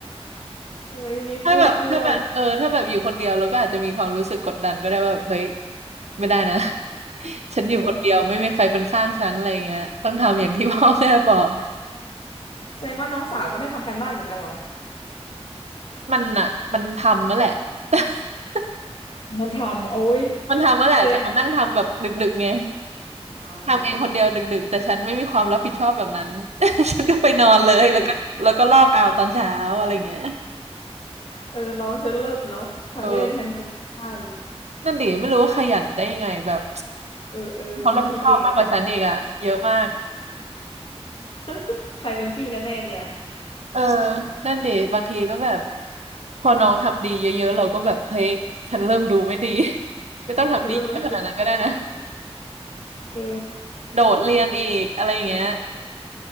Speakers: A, on the left (about 60°); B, on the right (about 85°).
A: เอ้ยมีพวกด้วย
B: <laughs> ถ้าแบบถ้าแบบเออถ้าแบบอยู่คนเดียวเราก็อาจจะมีความรู้สึกกดดันก็ได้ว่าแบบเฮ้ยไม่ได้นะ <laughs> ฉันอยู่คนเดียวไม่มีใครเป็นข้างฉันอะไรเงี้ยต้องทำอย่างที่พ่อแม่บอก
A: ไม่ได้นะแสดงว่าน้องสาวก็ไม่ทำการบ้านเหมือนกันเหรอ
B: มันอ่ะมันทำมาแหละ <laughs>
A: มันทำโอ้ย
B: มันทำมาแหละแต่มันนั่งทำแบบดึกๆไง
A: แสดงว่าอ่
B: ทำเองคนเดียวดึกๆแต่ฉันไม่มีความรับผิดชอบแบบนั้น
A: า
B: <laughs> ฉันก็ไปนอนเลยแล้วก็แล้วก็ลอกเอาตอนเช้าอะไรเงี้ย
A: ถูกเออน้องเธอเลิศเนาะทั้งเล่นทั้งทำการบ้าน
B: เออนั่นดิไม่รู้ว่าขยันได้ยังไงแบบ
A: เออเออชีเก่งอะนะ
B: ควารับผิดชอบมากกว่าฉันอีกอะเยอะมาก
A: <laughs> ใครเป็นพี่กันแน่เนี่ย
B: เออ <laughs> นั่นดิบางทีก็แบบพอน้องทำดีเยอะๆเราก็แบบเฮ้ยฉันเริ่มดูไม่ดี <laughs> ไม่ต้องทำดีเยอะขนาดนั้นก็ได้นะ
A: <laughs> รู้ไหมเออ
B: โดดเรียนอีกอะไรอย่างเงี้ย